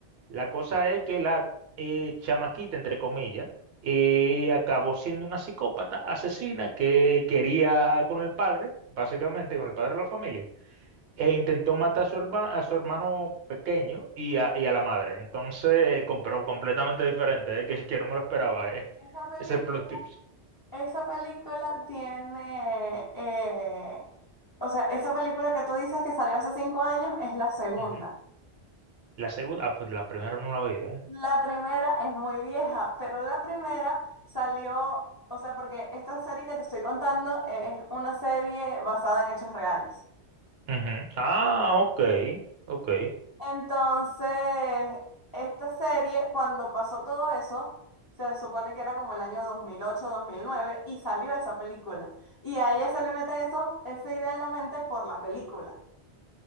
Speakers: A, on the right; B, on the left.
A: La cosa es que la eh, chamaquita, entre comillas, eh, acabó siendo una psicópata asesina que quería con el padre, básicamente con el padre de la familia, e
B: sí.
A: intentó matar a su, herma- a su hermano pequeño y a, y a la madre. Entonces, com- pero completamente diferente, eh, que, que no me lo esperaba, eh,
B: Esa película,
A: ese plot twist.
B: esa película tiene, eh, o sea, esa película que tú dices que salió hace cinco años es la segunda.
A: Ujú. La segunda, ah, pues la primera no la vi, eh.
B: La primera es muy vieja, pero la primera salió, o sea, porque esta serie que te estoy contando es una serie basada en hechos reales.
A: Ujú. Ah, ok, ok,
B: Entonces, esta serie, cuando pasó todo eso, se supone que era como el año dos dos mil ocho dos mil nueve y salió esa película. Y a ella se le mete eso, esa idea en la mente por la película.